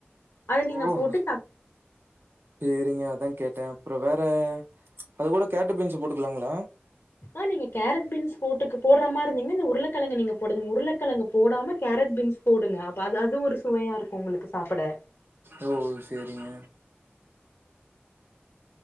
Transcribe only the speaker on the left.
அத நீங்க
போட்டு
ஆ நீங்க கேரட் பீன்ஸ் போட்டுக்கு போட்ற மாரி இருந்தீங்ன இந்த உருளக்கிழங்க நீங்க போடுதிதிதி உருளைக்கிழங்க போடாம கேரட் பீன்ஸ் போடுங்க அப்ப அது அதுவு ஒரு சுவையா இருக்கு உங்ளுக்கு சாப்ட